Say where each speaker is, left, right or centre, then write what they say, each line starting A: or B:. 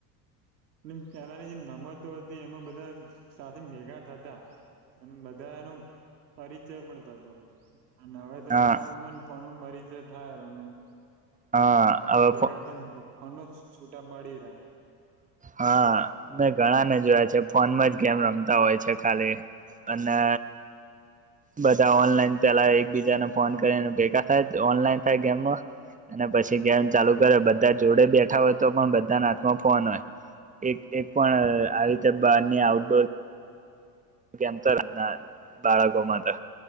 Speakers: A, on the right (about 85°); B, on the right (about 15°).
A: અને પહેલાની જે રમતો હતી, એમાં બધા બધા સાથે મેગા થતા અને બધા એનો પરિચય પણ થતો હવે તો
B: હા
A: ફોન માં ફોન બરી જે <inaudible> ભાયારો ના
B: હા, હ
A: બેગા થઈને ફન છ છુટા મળડીરા
B: હા મેં ઘણા ને જોયા છે ફોનમાં જ ગેમ રમતા હોય છે ખાલી અને બધા ઓનલાઈન પેલા એકબીજાને ફોન કરીને ભેગા થાય ઓનલાઈન થાય ગેમમાં અને પછી ગેમ ચાલુ કરે બધા જોડે બેઠા હોય તો પણ બધાને હાથમાં ફોન હોય એક એક પણ આવી રીતે બાર ની આઉટડોર કેમ તોમના બાળકોમાં તો